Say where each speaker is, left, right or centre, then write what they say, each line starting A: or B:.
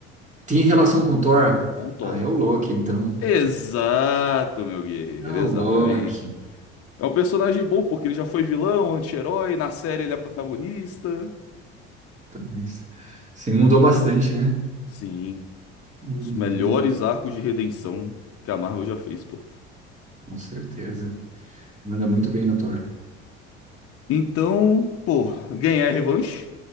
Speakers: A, on the right; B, on the left.
A: tem relação com Thor?
B: com o Thor.
A: Ah, é o Loki, então.
B: Exato, meu guerreiro,
A: É o
B: exatamente.
A: Loki.
B: É um personagem bom porque ele já foi vilão, anti-herói, na série ele é protagonista.
A: Mas Você mudou bastante, né?
B: Sim,
A: Uhum,
B: os melhores arcos de redenção que a Marvel já fez, pô.
A: com certeza. Manda muito bem no Thor.
B: Então, pô, ganhar é revanche,